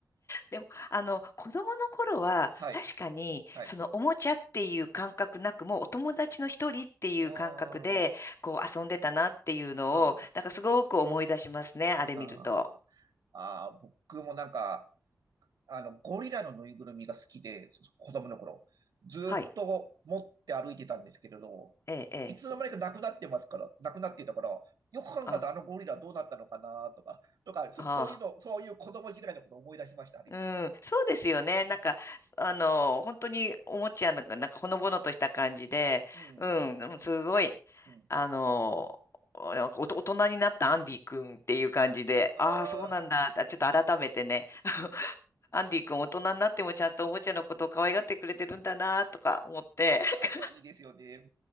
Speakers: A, on the left; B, on the right.
A: でも、あの、子供の頃は、
B: はい。
A: 確かに、
B: はい。
A: そのおもちゃっていう感覚なく、もうお友達の一人っていう感覚で、
B: うん、うん、うん、
A: こう遊んでたなっていうのを、
B: あ
A: なんかすごく思い出しますね、あれ見ると。
B: ーあー、僕もなんか、あの、ゴリラのぬいぐるみが好きで、そ子供の頃、ずーっと持って歩いてたんですけれど、
A: はい。ええ、ええ。
B: いつの間にかなくなってますから、なくなっていたから、よく考えたらあのゴリラどうなったのかなとか、
A: あ
B: とか、そ、
A: あ、
B: そういうの、そういう子供時代のことを思い出しました、あれ見て。
A: うん、そうですよね。
B: う
A: なんか、あの、本当におもちゃの、なんかほのぼのとした感じで、
B: ん、うん、
A: うん、でもすごい、
B: うん、うん。
A: あの、なんかおと大人になったアンディ君っていう感じで、
B: あ
A: ああ、そうなんだ、
B: あ、
A: あちょっと改めてね、<laughs> アンディ君大人になってもちゃんとおもちゃのことを可愛がってくれてるんだなとか思って、
B: うんあれはいいですよね。
A: <laughs>